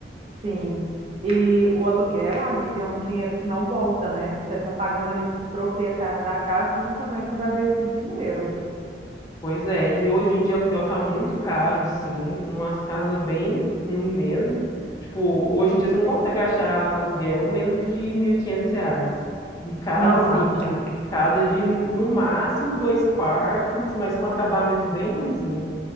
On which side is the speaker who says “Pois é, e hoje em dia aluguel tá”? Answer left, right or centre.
Left